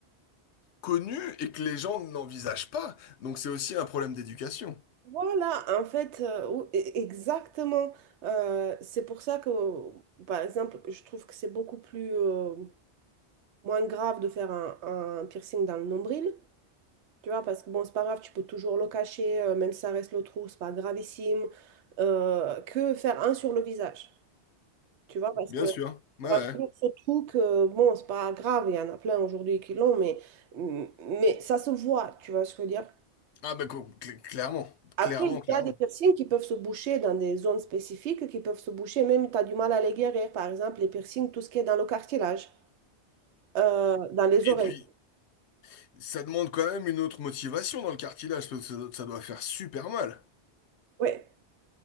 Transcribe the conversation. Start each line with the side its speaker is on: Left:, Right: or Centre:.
Left: connu et que les gens n'envisagent pas. Donc c'est aussi un problème d'éducation.
Right: Voilà, en fait, euh, ou- e- exactement. Euh, c'est pour ça que, par exemple, je trouve que c'est beaucoup plus euh, moins grave de faire un, un piercing dans le nombril, tu vois, parce que bon, c'est pas grave, tu peux toujours le cacher, euh, même si ça reste le trou, c'est pas gravissime, euh, que faire un sur le visage, tu vois, parce
Left: Bien
Right: que
Left: sûr. Ouais.
Right: on a
Left: ouais.
Right: toujours ce trou que, bon, c'est pas grave, il y en a plein aujourd'hui qui l'ont, mais, mais ça se voit, tu vois ce que je veux dire.
Left: Ah bah co- cl- clairement,
Right: Après,
Left: clairement,
Right: il
Left: clairement.
Right: y a des piercings qui peuvent se boucher dans des zones spécifiques, qui peuvent se boucher même tu as du mal à les guérir. Par exemple, les piercings, tout ce qui est dans le cartilage, euh, dans les
Left: Et
Right: oreilles.
Left: puis, ça demande quand même une autre motivation dans le cartilage, parce que ça, doit ça doit faire super mal.
Right: Oui.